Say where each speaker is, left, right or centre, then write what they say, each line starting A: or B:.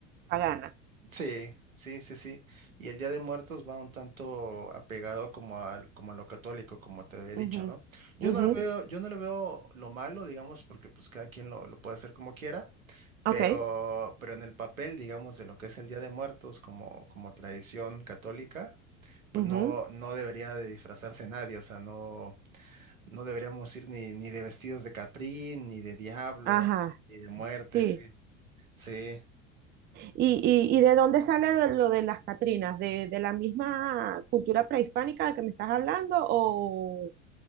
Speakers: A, on the right (about 25°); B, on the right (about 80°).
A: pagana.
B: Sí, sí, sí, sí. Y el Día de Muertos va un tanto apegado como al, como a lo católico, como te había dicho,
A: Ujú,
B: ¿no? Yo
A: ujú,
B: no lo veo, yo no le veo lo malo, digamos, porque pues cada quien lo, lo puede hacer como quiera,
A: Ok,
B: pero, pero en el papel, digamos, de lo que es el Día de Muertos como, como tradición católica, pues
A: ujú,
B: no, no debería de disfrazarse nadie, o sea, no, no deberíamos ir ni, ni de vestidos de Catrín, ni de diablo,
A: ajá,
B: ni de muerte,
A: sí.
B: sí, sí.
A: ¿Y, y, y de dónde sale de- lo de las Catrinas? ¿De, de la misma cultura prehispánica de que me estás hablando? ¿O,